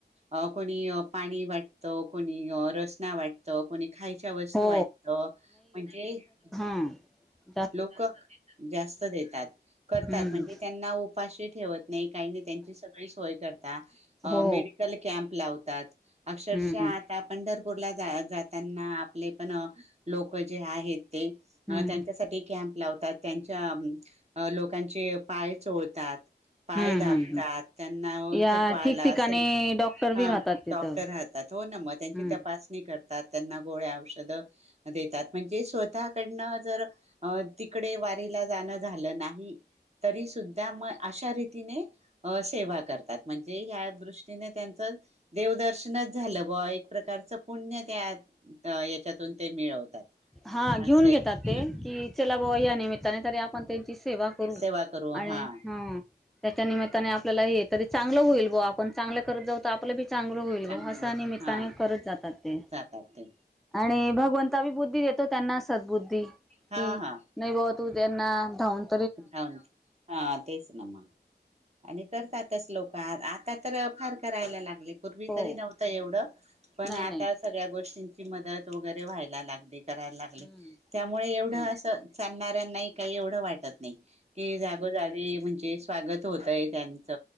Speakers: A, on the right; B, in the centre.
A: अं कोणी पाणी वाटतं, कोणी रसना वाटतं, कोणी खायऽऽ वसं
B: हो
A: वाटतं, म्हणजेऽऽ
B: हां
A: लोकं, जास्त देतात. करतात
B: हम्म
A: म्हणजे त्यांना उपाशी ठेवत नाही, काही नाही, त्यांची सगळी सोय करता अं
B: हो
A: मेडिऽऽ कल कॅम्प लावतात,, अक्षरशः
B: हम्म
A: आता आ पंढरपुऽऽ पूरला जा जातानां आपले पण अं लोकं जे आहेत ते
B: हम्म
A: अ त्यांच्यासाठी कॅम्प लावतात त्यांच्या,,, अं, लोकांचे पाय चोळतात पाय
B: हम्म
A: दाबतात,,
B: हम्म
A: त्यांना अं
B: या
A: थकवा
B: ठिकठिकाणी
A: आला असेलऽऽ
B: डॉक्टर
A: हां,
B: बी राहतात तिथं
A: डॉक्टर राहतात, हो ना मग त्यांची
B: हम्म
A: तपासणी करतऽप्पऽ तात त्यांना गोळ्या औषधं देतात म्हणजे स्वतःकडनंऽऽ जर अ तिकडे वारीला जाणं झालं नाही, तरी सुद्धा म अशा रीतीने अं सेवा करतात, म्हणजे ह्या दृष्टीने त्यांचऽऽ देवदर्शनच झालं बूवा एक प्रकारच पुण्य त्यात, य याच्यातून ते मिळवतात,,
B: हा घेऊन
A: असंयऽ
B: घेतात ते, कि चला बूवा या निमित्ताने तरी आपण त्यांची सेवा करू,,
A: सेवा करू
B: आणि
A: हा
B: हाऽ त्याच्या निमित्ताने आपल्याला हे तरी चांगलं होईल बुवा आपण चांगलं करत जाऊ आपलं बीऽऽ चांगल होईल
A: चांगलं
B: गं, असा
A: होत
B: निमित्ताने
A: हा
B: करत जातात तेऽ
A: जातात ते
B: आणिऽऽ भगवंता बी बुद्धी देतो त्यांना सद बुद्धी की
A: हा हा
B: नाही बुवाऽऽ तू त्यांना धावूनऽऽ
A: जाऊन,, हा, तेच ना मग, आणि करतातच लोक, आ आता तर फार करायला लागलेऽ पूर्वी
B: हो
A: तरी नव्हत एवढं,, पण
B: नाही नाही
A: आता सगळ्या गोष्टींची मदत वगैरे व्हायला लागते. करायला लागले,
B: हम्म
A: त्यामुळे एवढं
B: हो
A: असं चालणार्या ना ही काही एवढं वाटत नाही. कि जागोजागी म्हणजे स्वागत होतय त्यांच,